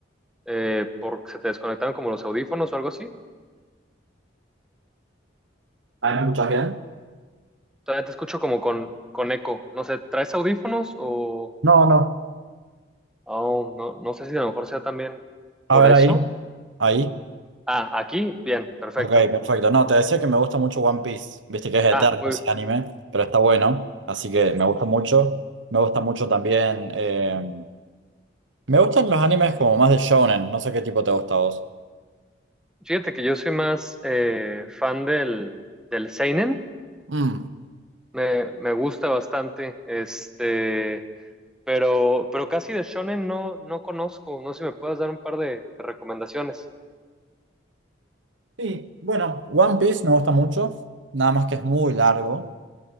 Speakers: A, in the centre; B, on the right.
A: eh, porque se te desconectaron como los audífonos o algo así.
B: ¿ahí me escuchas bien?
A: Todavía te escucho como con, con eco. No sé, ¿traes audífonos o...?
B: No, no.
A: oh, no, no sé si a lo mejor sea también
B: A
A: por
B: ver,
A: eso.
B: ahí. Ahí.
A: Ah, aquí, bien, perfecto.
B: Ok, perfecto. No, te decía que me gusta mucho One Piece. Viste que es eterno
A: Ah, muy...
B: ese anime, pero está bueno, así que me gusta mucho. Me gusta mucho también. eh, Me gustan los animes como más de shonen, no sé qué tipo te gusta a vos.
A: Fíjate que yo soy más eh, fan del, del seinen.
B: Mm,
A: Me, me gusta bastante. Este... Pero, pero casi de shonen no, no conozco. No sé si me puedas dar un par de recomendaciones.
B: Sí, bueno, One Piece me gusta mucho, nada más que es muy largo,